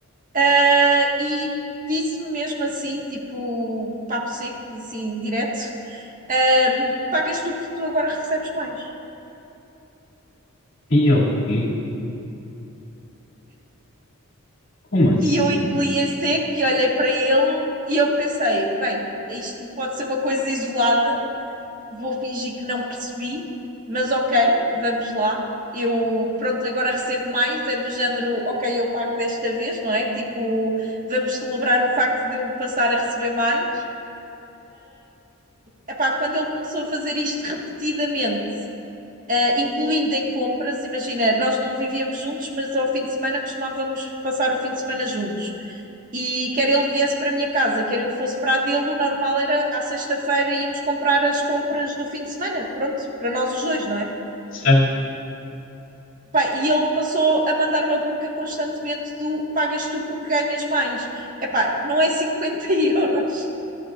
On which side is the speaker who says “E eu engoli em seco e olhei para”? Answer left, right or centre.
Right